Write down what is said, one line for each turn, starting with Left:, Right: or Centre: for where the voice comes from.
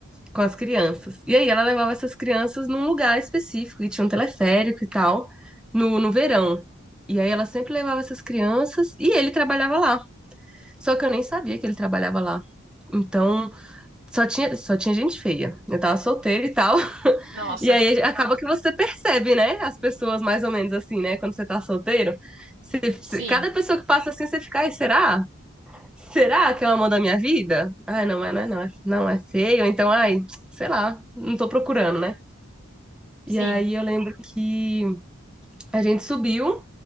Centre: Com as crianças. E aí ela levava essas crianças num lugar específico e tinha um teleférico e tal no, no verão. E aí ela sempre levava essas crianças e ele trabalhava lá. Só que eu nem sabia que ele trabalhava lá. Então, só tinha, só tinha gente feia. Eu tava solteira e tal.
Right: nossa,
Centre: E aí acaba que você percebe, né? As pessoas mais ou menos assim, né? Quando você tá solteiro. Você- você-
Right: sim,
Centre: cada pessoa que passa assim, você fica, ai, será? Será que é o amor da minha vida? Ai, não, é, não, é, não, é, não é feio. Então, ai, sei lá, não tô procurando, né?
Right: sim.
Centre: E aí eu lembro que a gente subiu